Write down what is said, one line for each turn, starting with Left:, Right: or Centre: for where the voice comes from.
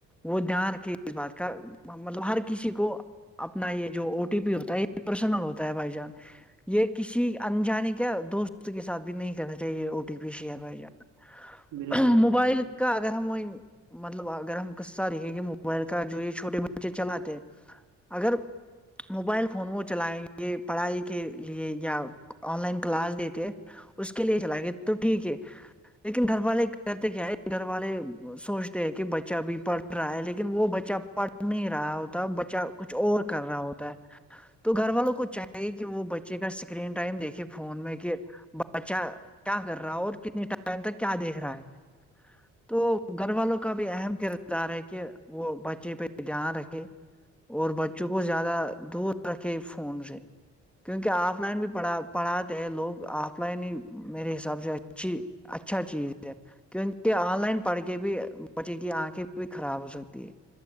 Centre: وہ دھیان کے اس بات کا مطلب ہر کسی کو اپنا یہ جو او ٹی پی ہوتا ہے یہ پرسنل ہوتا ہے بائی چانس یہ کسی انجانے کیا دوست کے ساتھ بھی نہیں کرنا او ٹی پی شیئر جانا
Right: بالکل بھائی
Centre: موبائل
Right: جان
Centre: کا اگر ہم مطلب اگر ہم قصہ دکھیں گے موبائل کا جو یہ چھوٹے بچے چلاتے اگر موبائل فون وہ چلائیں گے پڑھائی کے لیے یا آن لائن کلاس دیتے اس کے لیے چلائیں گے تو ٹھیک ہے لیکن گھر والے کہتے کیا ہے گھر والے سوچتے ہیں کہ بچہ بھی پڑھ رہا ہے لیکن لیکن وہ بچہ پڑھ نہیں رہا ہوتا بچہ کچھ اور کر رہا ہوتا ہے تو گھر والوں کو چاہیے کہ وہ بچے کا اسکرین ٹائم دیکھے فون میں کہ بچا کیا کر رہا ہو اور کتنے ٹائم تک کیا دیکھ رہا ہے تو گھر والوں کا بھی اہم کردار ہے کہ وہ بھائی بچے پہ دھیان رکھے اور بچوں کو زیادہ دور رکھے فون سے کیونکہ آف لائن بھی پڑھا پڑھاتے ہیں لوگ آ آف لائن ہی میرے حساب سے اچھی اچھا چیز ہے کیونکہ آن لائن پڑھ کے بھی بچے کی آنکھیں بھی خراب ہو سکتی ہے